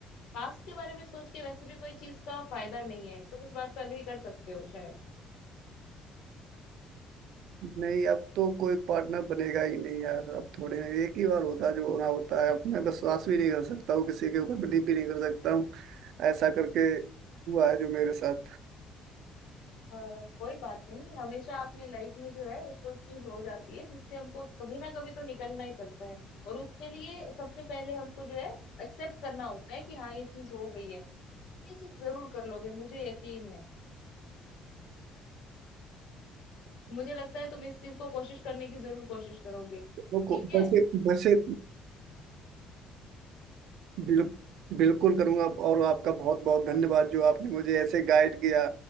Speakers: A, on the left (about 75°); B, on the right (about 65°).
A: पास्ट के बारे में सोच के वैसे भी कोई चीज का फायदा नहीं है तुम इस बात पे अग्री कर सकते हो शायद
B: नहीं अब तो कोई पार्टनर बनेगा ही नहीं यार अब थोड़े में एक ही बार होता है जो होना होता है अब मैं विश्वास भी नहीं कर सकता हूँ किसी के ऊपर बिलीव भी नहीं कर सकता हूँ ऐसा करके हुआ है जो मेरे साथ
A: हाँ, कोई बात नहीं हमेशा अपने लाइफ में जो है कोई चीज हो जाती है जिससे हमको कभी ना कभी तो निकलना ही पड़ता है और उसके लिए सबसे पहले हमको जो है एक्सेप्ट करना होता है कि हाँ ये चीज हो गई है ये चीज जरूर कर लोगे मुझे यकीन है मुझे लगता है तुम इस चीज को कोशिश करने की जरूर कोशिश करोगे ठीक
B: वो को-
A: है
B: वैसे वैसे बिल, बिल्कुल करूंगा और आपका बहुत बहुत धन्यवाद जो आपने मुझे ऐसे गाइड किया